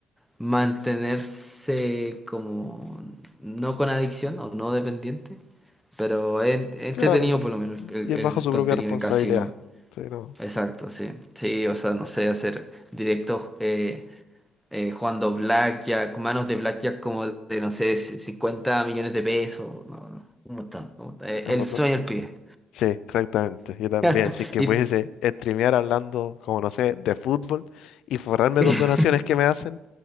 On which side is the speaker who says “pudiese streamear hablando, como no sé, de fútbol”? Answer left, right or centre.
Left